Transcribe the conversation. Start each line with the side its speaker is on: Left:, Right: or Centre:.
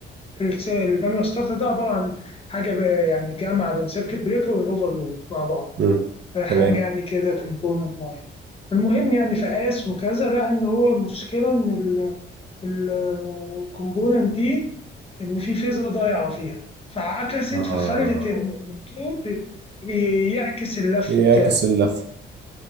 Left: الس- المانوال ستارتر ده عباره عن حاجه ب- يعني جامعه بين سيركت بريكر والاوفرلود مع بعض
Right: مم.
Left: حاجه
Right: تمام
Left: يعني كده كومبوننت معين المهم يعني فقاس وكذا لقى ان هو المشكله ان الكومبوننت دي إن في فيزا ضايعة فيها فعكست
Right: اه
Left: فخلت إن الدكتور ي- يعكس اللف
Right: يعكس
Left: بتاعه
Right: اللف